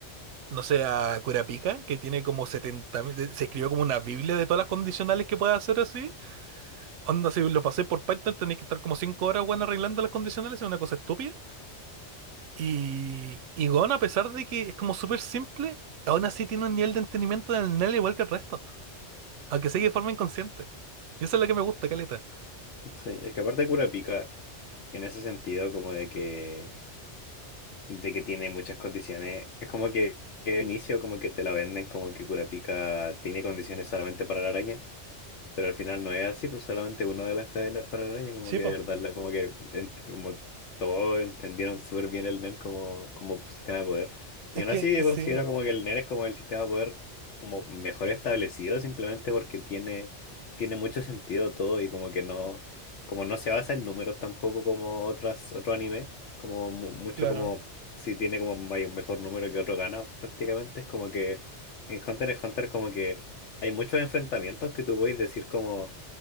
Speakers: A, on the right; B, on the left.
A: no sé, a Curapica, que tiene como setenta mil, se escribió como una biblia de todas las condicionales que puede hacer así. Onda, si lo pasé por Python, tenéis que estar como 5 horas, weón, arreglando las condicionales, es una cosa estúpida. Y, y weón, a pesar de que es como súper simple, aún así tiene un nivel de entendimiento del NEL igual que el resto, aunque sea de forma inconsciente. Y eso es lo que me gusta, caleta.
B: Sí, es que aparte Kurapika, en ese sentido, como de que, de que tiene muchas condiciones, es como que que al inicio como que te la venden como que Kurapika tiene condiciones solamente para la araña. Pero al final no es así, pues solamente una de las cadenas para la araña, como
A: Sí,
B: que
A: po.
B: de verdad, la, como que ent- como todos entendieron súper bien el NER como, como sistema de poder.
A: Es
B: Y aún
A: que,
B: así
A: eh,
B: yo
A: sí,
B: considero como que el NER es como el sistema de poder como mejor establecido, simplemente porque tiene, tiene mucho sentido todo y como que no, como no se basa en números tampoco como otras, otro anime, como mu- mucho
A: claro.
B: como si tiene como mayor- mejor número que otro gana, prácticamente es como que en Hunter x Hunter como que hay muchos enfrentamientos que tú puedes decir como